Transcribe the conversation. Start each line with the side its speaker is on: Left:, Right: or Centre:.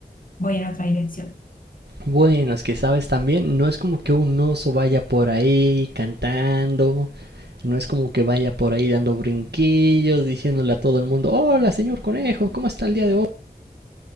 Left: voy en otra dirección.
Right: Bueno, es que sabes también, no es como que un oso vaya por ahí cantando, no es como que vaya por ahí dando brinquillos, diciéndole a todo el mundo, hola señor conejo, ¿cómo está el día de hoy?